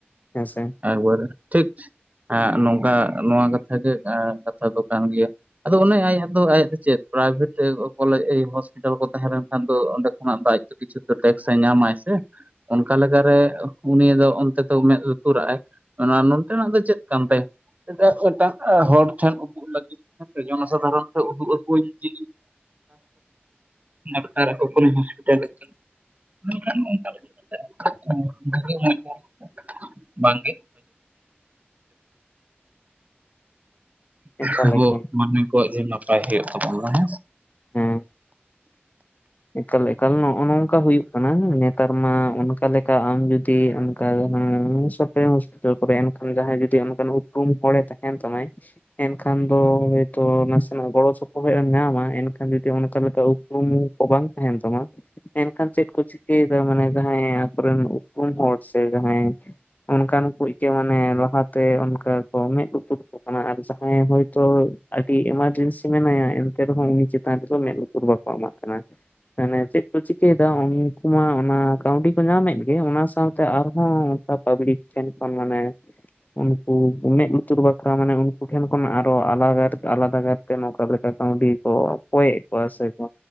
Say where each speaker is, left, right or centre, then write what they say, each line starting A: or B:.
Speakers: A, on the left; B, on the right.
A: ᱦᱮᱸ ᱥᱮ᱾
B: ᱮᱠᱵᱟᱨᱮ ᱴᱷᱤᱠ ᱮᱸ ᱱᱚᱝᱠᱟ ᱱᱚᱣᱟ ᱠᱟᱛᱷᱟ ᱜᱮ ᱠᱟᱛᱷᱟ ᱫᱚ ᱠᱟᱱ ᱜᱮᱭᱟ ᱾ ᱟᱫᱚ ᱚᱱᱮ ᱟᱭᱟᱜ ᱫᱚ ᱟᱭᱟᱜ ᱫᱚ ᱪᱮᱫ ᱯᱨᱟᱭᱵᱷᱮᱴ ᱠᱟᱞᱮᱡᱽ ᱦᱚᱥᱯᱤᱴᱟᱞ ᱠᱚ ᱛᱟᱦᱮᱸ ᱞᱮᱱᱠᱷᱟᱱ ᱫᱚ ᱚᱸᱰᱮ ᱚᱸᱰᱮ ᱫᱚ ᱟᱡᱛᱮ ᱠᱤᱪᱷᱩ ᱴᱮᱠᱥ ᱮ ᱧᱟᱢᱟᱭ ᱥᱮ ᱚᱱᱠᱟ ᱞᱮᱠᱟᱨᱮ ᱩᱱᱤ ᱫᱚ ᱚᱱᱛᱮ ᱫᱚ ᱢᱮᱫ ᱛᱩᱨᱟᱜ ᱟᱭ, ᱚᱱᱟ ᱱᱚᱱᱛᱮᱱᱟᱜ ᱫᱚ ᱪᱮᱫ ᱠᱟᱱ ᱛᱟᱭᱟ, <unintelligible> ᱮᱴᱟᱜ ᱦᱚᱲ ᱴᱷᱮᱱ ᱩᱫᱩᱜ ᱞᱟᱹᱜᱤᱫ ᱦᱮᱸ ᱥᱮ ᱡᱚᱱᱚᱥᱟᱫᱷᱟᱨᱚᱱ ᱴᱷᱮᱱ ᱩᱫᱩᱜ ᱟᱠᱚᱣᱟᱹᱧ <inaudible> <inaudible> <unintelligible> ᱦᱚᱥᱯᱤᱴᱟᱞ <unintelligible> ᱵᱟᱝ ᱜᱮ <unintelligible>
A: ᱮᱠᱟᱞ
B: ᱟᱵᱚ
A: ᱮᱠᱟᱞ
B: ᱢᱟᱱᱢᱤ ᱠᱚᱣᱟᱜ ᱡᱮ ᱱᱟᱯᱟᱭ ᱦᱩᱭᱩᱜ ᱛᱟᱵᱚᱱᱟ ᱦᱮᱸ
A: ᱦᱮᱸ᱾ ᱮᱠᱟᱞ ᱮᱠᱟᱞ ᱱᱚᱜᱼᱚᱭ ᱱᱚᱝᱠᱟ ᱦᱩᱭᱩᱜ ᱠᱟᱱᱟ, ᱱᱮᱛᱟᱨ ᱢᱟ ᱚᱱᱠᱟ ᱞᱮᱠᱟ ᱟᱢ ᱡᱩᱫᱤ ᱚᱱᱠᱟ ᱥᱚᱨᱠᱟᱨᱤ ᱦᱚᱥᱯᱤᱴᱟᱞ ᱠᱚᱨᱮ ᱮᱱᱠᱷᱟᱱ ᱡᱟᱦᱟᱸᱭ ᱡᱩᱫᱤ ᱚᱱᱠᱟᱱ ᱩᱯᱨᱩᱢ ᱦᱚᱲᱮ ᱛᱟᱦᱮᱱ ᱛᱟᱢᱟ, ᱮᱱᱠᱷᱟᱱ ᱫᱚ ᱦᱚᱭᱛᱚ ᱱᱟᱥᱮᱱᱟᱜ ᱜᱚᱲᱚ ᱥᱚᱯᱚᱦᱚᱫ ᱮᱢ ᱧᱟᱢᱟ ᱠᱷᱟᱱ ᱛᱚ ᱚᱱᱠᱟ ᱞᱮᱠᱟ ᱩᱯᱨᱩᱢᱩ ᱠᱚ ᱵᱟᱝ ᱛᱟᱦᱮᱱ ᱛᱟᱢᱟ ᱮᱱᱠᱷᱟᱱ ᱪᱮᱫ ᱠᱚ ᱪᱤᱠᱟᱹ ᱪᱤᱠᱟᱹᱭᱟ ᱢᱟᱱᱮ ᱡᱟᱦᱟᱸᱭ ᱟᱠᱚ ᱨᱮᱱ ᱩᱯᱨᱩᱢ ᱦᱚᱲ ᱥᱮ ᱡᱟᱦᱟᱸᱭ ᱚᱱᱠᱟᱱ ᱠᱚ ᱤᱠᱮ ᱢᱟᱱᱮ ᱞᱟᱦᱟ ᱛᱮ ᱚᱱᱠᱟ ᱠᱚ ᱢᱮᱫ ᱞᱩᱛᱩᱨ ᱟᱨ ᱡᱟᱦᱟᱸᱭ ᱦᱚᱭᱛᱚ ᱟᱹᱰᱤ ᱮᱢᱟᱨᱡᱮᱱᱥᱤ ᱢᱮᱱᱟᱭᱟ, ᱮᱱᱛᱮ ᱨᱮᱦᱚᱸ ᱩᱱᱤ ᱪᱮᱛ ᱪᱮᱛᱟᱱ ᱨᱮ ᱫᱚ ᱢᱮᱫ ᱞᱩᱛᱩᱨ ᱵᱟᱠᱚ ᱮᱢᱟᱜ ᱠᱟᱱᱟ᱾ ᱢᱟᱱᱮ ᱪᱮᱫ ᱠᱚ ᱪᱤᱠᱟᱹᱭ ᱮᱫᱟ ᱩᱱᱠᱩ ᱢᱟ ᱚᱱᱟ ᱠᱟᱹᱣᱰᱤ ᱠᱚ ᱧᱟᱢᱮᱫ ᱜᱮ ᱚᱱᱟ ᱥᱟᱶᱛᱮ ᱟᱨᱦᱚᱸ ᱯᱟᱵᱞᱤᱠ ᱴᱷᱮᱱ ᱠᱷᱚᱱ ᱢᱟᱱᱮ ᱩᱱᱠᱩ ᱢᱮᱫ ᱞᱩᱛᱩᱨ ᱵᱟᱠᱷᱨᱟ ᱢᱟᱱᱮ ᱩᱱᱠᱩ ᱴᱷᱮᱱ ᱠᱷᱚᱱ ᱟᱨᱚ ᱟᱞᱟ ᱟᱞᱟᱫᱟ ᱜᱟᱨ ᱱᱚᱠᱟ ᱞᱮᱠᱟ ᱠᱟᱹᱣᱰᱤ ᱠᱚ ᱠᱚᱭᱼᱮ ᱠᱚᱭᱟ ᱥᱮ ᱠᱚ